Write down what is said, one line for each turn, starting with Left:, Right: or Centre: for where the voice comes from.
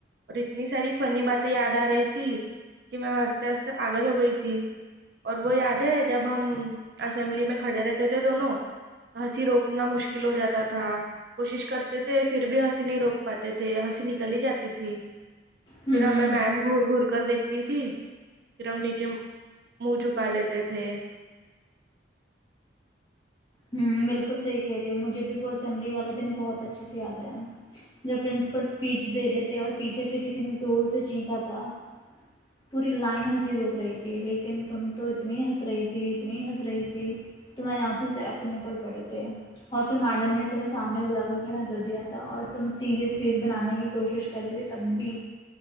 Right: اور اتنی ساری فنی باتیں یاد آ رہی تھی کہ میں ہنستے ہنستے پاگل ہو گئی تھی اور وہ یاد ہے جب ہم اسمبلی میں کھڑے رہتے تھے دونوں ہنسی روکنا مشکل ہو جاتا تھا کوشش کرتے تھے پھر بھی ہنسی نہیں روک پاتے تھے ہنسی نکل ہی جاتی تھی
Left: ہوں
Right: پھر ہمیں میم گور گور کر دیکھتی تھی پھر ہم نیچے منہ جھکا لیتے تھے
Left: ہوں بالکل صحیح کہہ رہی ہو مجھے بھی وہ اسمبلی والا دن بہت اچھے سے یاد آیا جب پرنسپل اسپیچ دے رہے تھے اور پیچھے سے کسی نے زور سے چینھا تھا پوری لائن ہنسی روک رہی تھی لیکن تم تو اتنی ہنس رہی تھی اتنی ہنس رہی تھی تمہاراری آنکھوں سے ایسوںنے پڑے تھے اور پھر میڈم نے تمہیں سامنے بلا کر کھڑا کر دیا تھا اور تم سیریس فیس بنانے کی کوشش کر رہے تے تب بھی